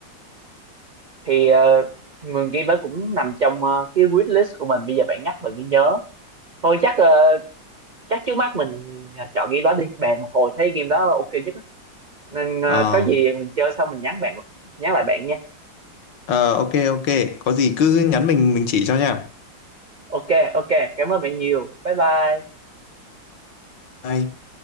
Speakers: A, on the right; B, on the left.
A: thì ờ, mười game đó cũng nằm trong ờ, cái wish list của mình bây giờ bạn nhắc mình mới nhớ thôi chắc ờ, chắc trước mắt mình ờ, chọn game đó đi bạn một hồi thấy game đó ok nhất á. nên ờ,
B: ờ
A: có gì mình chơi xong mình nhắn bạn nhắn lại bạn nha
B: ờ, ok ok có gì cứ nhắn mình mình chỉ cho nha
A: ok ok cảm ơn bạn nhiều bye bye
B: Bye.